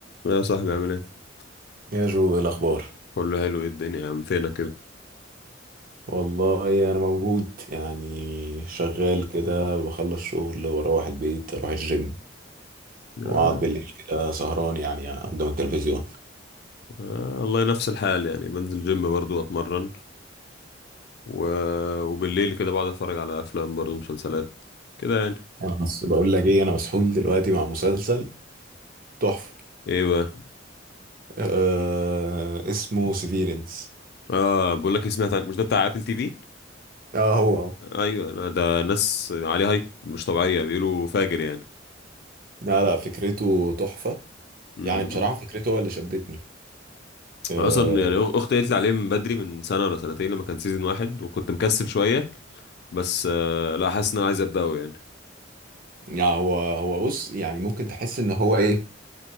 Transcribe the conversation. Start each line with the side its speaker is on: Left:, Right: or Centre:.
Left: يا صاحبي عامل ايه
Right: يا جو إيه الأخبار
Left: كله حلو ايه الدنيا يا عم فينك كده
Right: والله أنا موجود يعني شغال كده بخلص شغل وأروح البيت أروح الجيم
Left: آه
Right: وأقعد بالليل كده سهران يعني قدام التلفزيون
Left: آه، والله نفس الحال يعني بنزل جيم برضو اتمرن و... وبالليل كده بقعد اتفرج على افلام برضو مسلسلات كده يعني
Right: أنا بس بقول لك إيه أنا مسحول دلوقتي مع مسلسل تحفة
Left: ايه بقى
Right: آه اسمه سيفيرنس
Left: اه بقول لك إيه، سمعت عن مش ده بتاع ابل تي في
Right: آه هو هو
Left: ايوه لا، ده ناس عليه هايب مش طبيعيه بيقولوا فاجر يعني
Right: لا لا فكرته تحفة
Left: امم
Right: يعني بصراحة فكرته هو اللي شدتني آه
Left: أنا اصلا يعني أخ- اختي قالت لي عليه من بدري من سنه ولا سنتين لما كان سيزون واحد وكنت مكسل شويه بس آه لا حاسس ان انا عايز ابداه يعني
Right: يعني هو هو بص يعني ممكن تحس إن هو إيه